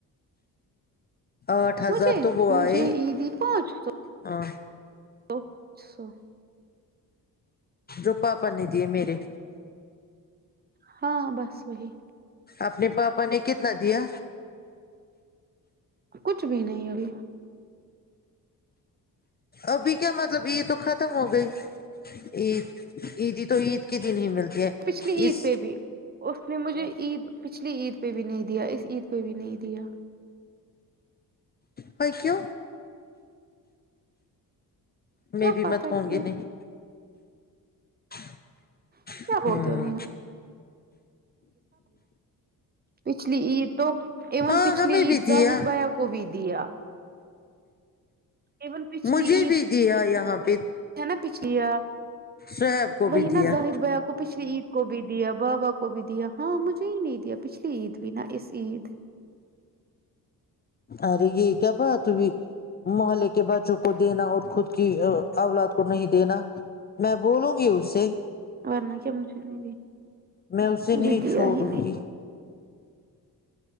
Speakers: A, on the left (about 25°); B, on the right (about 25°).
A: آٹھ ہزار
B: مجھے
A: تو وہ آئے
B: مجھے عیدی پانچ سو
A: ہاں
B: تو سو
A: جو پاپا نے دیے میررے
B: ہاں بس وہی
A: اپنے پاپا نے کتنا دیا
B: کچھ بھی نہیں ابھی
A: ابھی کیا مطلب عید تو ختم ہو گئی عید عیدی تو عید کے دن ہی ملتی کہ
B: پچھلی عید
A: اس
B: پہ بھی اس نے مجھے عید پچھلی عید پہ بھی نہیں دیا اس عید پہ بھی نہیں دیا
A: ہو کیاو میں
B: کیا
A: بھی
B: پتا
A: مت ہوں
B: کیوں
A: گی نہیں <inaudible>
B: کیا
A: ہاں
B: بولتے ہو نہیں پچھلی عید تو ایون
A: ہاں
B: پچھلی
A: ہمیں
B: عید
A: بھی دیا
B: زاہد بیا کو بھی دیا ایون پچھلی
A: مجھے
B: عید
A: بھی دیا یار ہاں پ
B: ہے نا پچھ یا
A: شعیب کو
B: وہی
A: بھی
B: نا
A: دیا
B: زاہد بھیا کو پچھلی عید کو بھی دیا بابا کو بھی دیا ہاں مجھے ہی نہیں دیا پچھلی عید بھی نا اس عید
A: ارے یہ کیا پا ت بھی محلے کے بچوں کو دینا اور خود کی اولاد کو نہیں دینا میں بولوں گی اس سے
B: ورنہ کیا مجھے نہیں دی
A: میں اسے
B: مجھے
A: نہیں
B: دیا
A: چھوڑوں
B: ہی نہیں
A: گی